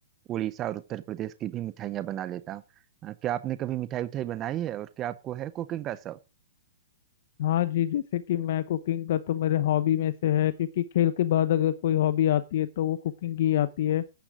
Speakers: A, on the right (about 25°); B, on the left (about 55°).
A: उड़ीसा और उत्तर प्रदेश की भी मिठाइयाँ बना लेता हूँ अ, क्या आपने कभी मिठाई उठाई बनाई है और क्या आपको है कुकिंग का शौक
B: हाँ जी जैसे कि मैं कुकिंग का तो मेरे हॉबी में से है क्योंकि खेल के बाद अगर कोई हॉबी आती है तो वो कुकिंग ही आती है